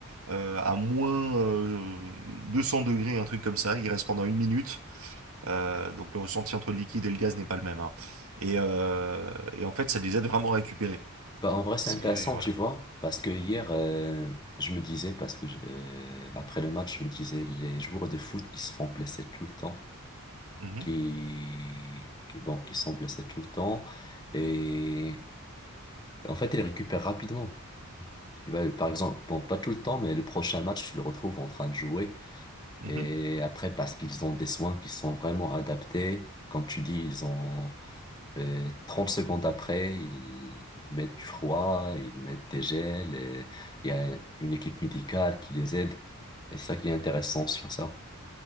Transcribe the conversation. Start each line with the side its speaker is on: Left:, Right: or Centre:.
Right: euh, à moins euh, 200 degrés, un truc comme ça. Il reste pendant une minute. Euh, donc, le ressenti entre le liquide et le gaz n'est pas le même. hein. Et, euh, et en fait, ça les aide vraiment à récupérer.
Left: Bah, en vrai, c'est
Right: C'est
Left: intéressant,
Right: voilà.
Left: tu vois, parce que hier, euh, je me disais, parce que je- euh, après le match, je me disais, les joueurs de foot qui se font blesser tout le temps,
Right: Mhm,
Left: qui, que- bon, qui sont blessés tout le temps, et en fait, ils récupèrent rapidement. Tu vois, par exemple, bon, pas tout le temps, mais le prochain match, tu le retrouves en train de jouer.
Right: mhm.
Left: Et après, parce qu'ils ont des soins qui sont vraiment adaptés, comme tu dis, ils ont Et 30 secondes après, ils mettent du froid, ils mettent des gels et il y a une équipe médicale qui les aide. Et c'est ça qui est intéressant sur ça.